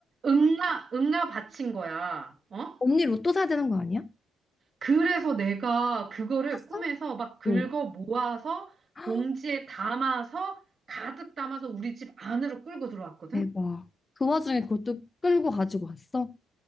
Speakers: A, on the right; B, on the left.
A: 응아, 응아 받친 거야. 어?
B: 언니 로또 사야 되는 거 아니야?
A: 그래서 내가 그거를
B: 샀어?
A: 꿈에서 막 긁어
B: 어.
A: 모아서
B: <gasps>
A: 봉지에 담아서 가득 담아서 우리 집 안으로 끌고 들어왔거든?
B: 대박. 그 와중에 그것도 끌고 가지고 왔어?